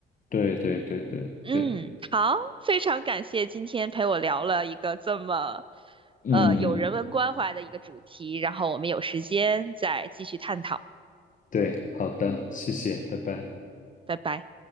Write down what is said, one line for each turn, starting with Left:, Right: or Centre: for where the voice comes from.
Left: 对对对对对，
Right: 嗯，好，非常感谢今天陪我聊了一个这么，
Left: 嗯，
Right: 呃，有人文关怀的一个主题，然后我们有时间再继续探讨，
Left: 对，好的，谢谢，拜拜。
Right: 拜拜。